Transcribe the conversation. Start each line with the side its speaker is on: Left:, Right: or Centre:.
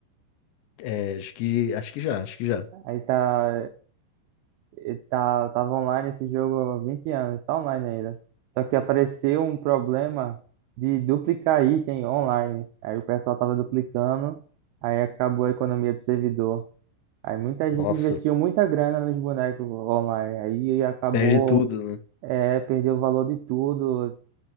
Left: É, acho que, acho que já, acho que já.
Right: Aí tá. Ele tá, tava online esse jogo há 20 anos, tá online ainda. Só que apareceu um problema de duplicar item online. Aí o pessoal tava duplicando, aí acabou a economia do servidor. Aí muita
Left: Nossa,
Right: gente investiu muita grana nos bonecos online. Aí acabou,
Left: perde tudo, né?
Right: é, perdeu o valor de tudo,